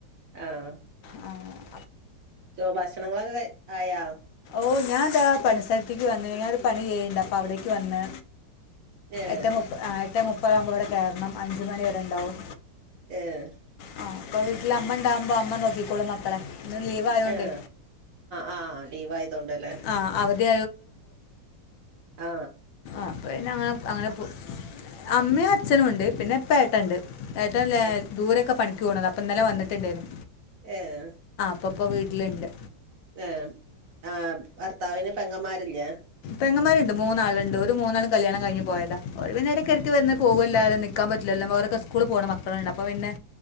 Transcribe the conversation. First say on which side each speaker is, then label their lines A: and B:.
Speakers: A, on the right; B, on the left.
A: ആഹ്
B: ആ ആ
A: ചോ ഭക്ഷണങ്ങളൊകെ ആയാ?
B: ഓഹ് ഞാനതാ പണിസ്ഥലത്തേക്ക് വന്ന് ഞ ഒരു പണി ചെയ്യണ്ട് അപ്പൊ അവിടേക്ക് വന്ന്
A: ഏഹ്
B: എട്ടെ മുപ്പതാ ഏട്ടെ മുപ്പതാവുമ്പോവിടെ കേറണം അഞ്ചുമണിവരെണ്ടാവും
A: ഏയ്
B: ആ അപ്പൊവീട്ടിലമ്മണ്ടകുമ്പോ അമ്മനോക്കിക്കോളും മക്കളെ ഇന്ന് ലീവ് ആയതുകൊണ്ടേ
A: ഏ അആലീവായതൊണ്ടല്ലേ
B: ആ അവധി
A: ആ
B: ആപ്പോപ്പിന്നെങ്ങനെ അങ്ങനെ <unintelligible> അമ്മയുഅച്ഛനുണ്ട് പിന്നെപ്പെട്ടണ്ട് ഏട്ടൻ ലേ
A: ഏട്ട
B: ദൂരൊക്കപണിക്കോണതാ അപ്പൊ ഇന്നലെ വന്നിട്ടു ണ്ടേന്നു
A: ഏഹ്
B: ഇപ്പൊപ്പൊവീട്ടില്ണ്ട്.
A: ഏഹ് ആ ഭർത്താവിന്പെങ്ങന്മാരില്ലേ
B: പെങ്ങമാരുണ്ട് മൂന്നാള്ണ്ട് ഒരുമൂന്നാളും കല്യാണം കഴിഞ്ഞ്പോയതാഓല്പിന്നെ ഇടക്ക് ടക്ക് വന്ന്പോവല്ലാതെ നിൽക്കാൻപറ്റില്ലല്ലോ വേറെക്കെ സ്കൂൾപോണമക്കളുണ്ട് അപ്പോപ്പിന്നെ